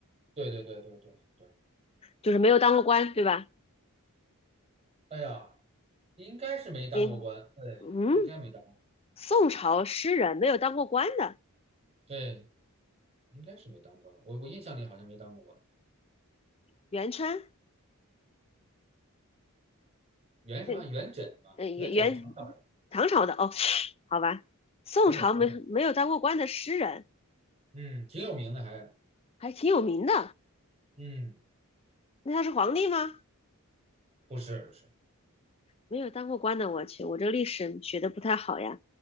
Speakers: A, on the right; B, on the left.
A: 对对对对对对，
B: 就是没有当过官，对吧？
A: 哎呀，应该是没当过官，
B: 你
A: 对，
B: 嗯，
A: 应该没当，过
B: 宋朝诗人没有当过官的，
A: 对，应该是没当官了。我我印象里好像没当过官。
B: 元春，
A: 元什么？
B: 对，
A: 元稹嘛，
B: 呃，元元
A: 元稹是唐朝
B: 唐朝的哦，好吧，宋朝没没有当过官的诗人
A: 人，元稹唐朝人，嗯，挺有名的还，
B: 还挺有名的，
A: 嗯，
B: 那他是皇帝吗？
A: 不是不是。
B: 没有当过官的，我去，我这个历史学的不太好呀。